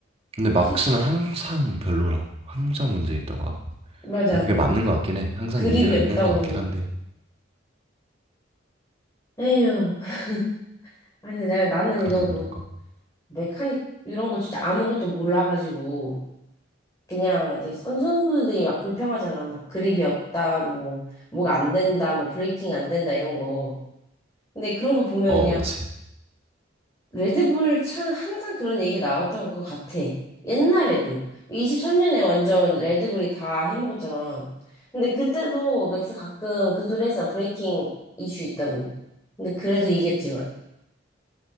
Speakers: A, on the right; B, on the left.
A: 근데 막
B: 트-
A: 쓰면 항상 별로라고. 항상 문제 있다고 하고.
B: 맞아.
A: 근데 그게
B: 뭐
A: 맞는 것 같긴 해. 항상
B: 그립이
A: 문제가
B: 없다고
A: 있는 것 같긴
B: 뭐.
A: 한데.
B: 에휴. <laughs> 아니 내가 나는
A: 그러다
B: 이거
A: 보니까.
B: 뭐 메카닉 이런 거 진짜 아무것도 몰라가지고 그냥 이제 선 선수들이 막 불평하잖아. 뭐 그립이 없다. 뭐 뭐가 안 된다. 뭐 브레이킹 안 된다 이런 거. 근데 그런 거 보면
A: 어,
B: 그냥
A: 그치.
B: 레드불 차는 항상 그런 얘기가 나왔던 것 같아. 옛날에도. 23년에 완전 레드불이 다 해먹었잖아. 근데 그때도 맥스 가끔 그 소리 해서 브레이킹 이슈 있다고. 근데 그래도 이겼지만.